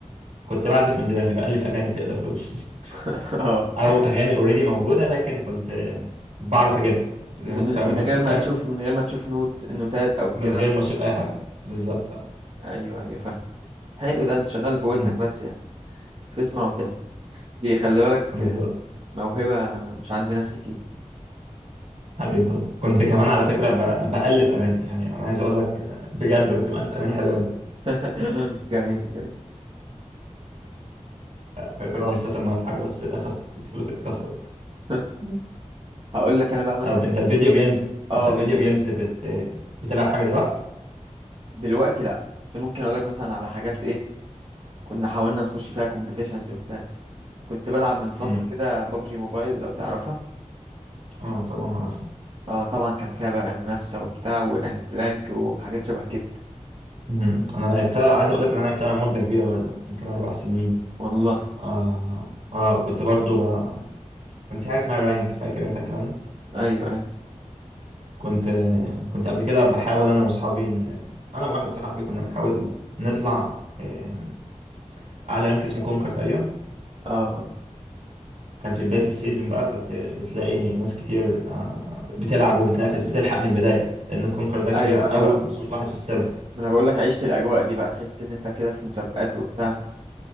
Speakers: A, on the right; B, on the right.
A: كنت بعزف من دماغي بألف أغاني تقدر تقول <laughs>
B: <laughs> اه
A: او اغاني اوريدي موجوده لكن كنت بعرف اجيبها
B: ب-
A: زي ما
B: من...
A: انت فاهم
B: من غير
A: فاهم
B: ما تشوف من غير ما تشوف نوتس نوتات او كده
A: من غير ما اشوف اي حاجه بالظبط اه
B: ايوه ايوه فاهم حلو ده انت شغال بودنك
A: أمم.
B: بس يعني تسمع وتهت دي خلي بالك
A: <laughs> بالظبط
B: موهبة مش عند ناس كتير
A: حبيبي والله كنت كمان على فكره ب... بالف اغاني يعني انا عايز اقول لك بجد كنت مالف اغاني حلوه جدا
B: <laughs> جميل جميل
A: <laughs> كان
B: اه
A: نفسي اسميها في حاجه بس للاسف الفلوت اتكسر
B: <laughs> هقول لك انا بقى مثلا
A: طب انت الفيديو جيمز
B: اه
A: انت الفيديو
B: بن...
A: جيمز بت... بتلعب حاجه دلوقتي
B: دلوقتي لا بس ممكن اقول لك مثلا على حاجات ايه كنا حاولنا نخش فيها كومبيتيشنز وبتاع كنت بلعب من فترة
A: امم
B: كده بابجي موبايل لو تعرفها
A: اه طبعا اعرفها
B: اه طبعا كان فيها بقى منافسة وبتاع ورانك وحاجات شبه كده
A: أمم. انا لعبتها عايز اقول لك ان انا لعبتها مده كبيره برضه ممكن اربع سنين
B: والله
A: اه اه وكنت برضه ب... كان في حاجة اسمها رانك فاكر انت الكلام ده
B: ايوه ايوه
A: كنت كنت قبل كده بحاول انا واصحابي ن- انا وواحد صاحبي كنا بنحاول نطلع آه، اعلى رانك اسمه كونكر تقريبا
B: اه آه.
A: كان في بداية السيزون بقى كنت بتلاقي ناس كتير آه، بتلعب وبتنافس بتلحق من البداية لان الكونكر ده كان
B: ايوه
A: بيبقى
B: ما انا
A: اول
B: بقى ما
A: 500 واحد في السيرفر
B: انا بقول لك عشت الاجواء دي بقى تحس ان انت كده في مسابقات وبتاع